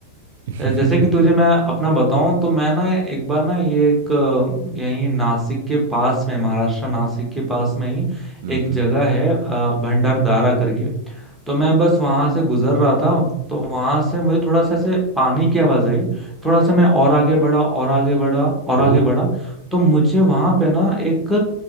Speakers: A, on the right (about 65°); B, in the centre.
A: <laughs>
B: अ, जैसे कि तुझे मैं अपना बताऊं तो मैं ना एक बार ना ये एक अ, यही नासिक के पास में महाराष्ट्र नासिक के पास में ही
A: हम्म
B: एक जगह है अ, भंडारदारा करके तो मैं बस वहां से गुजर रहा था तो वहां से मुझे थोड़ा सा ऐसे पानी की आवाज आई थोड़ा सा मैं और आगे बढ़ा और आगे बढ़ा और
A: ओ
B: आगे बढ़ा तो मुझे वहां पे ना एक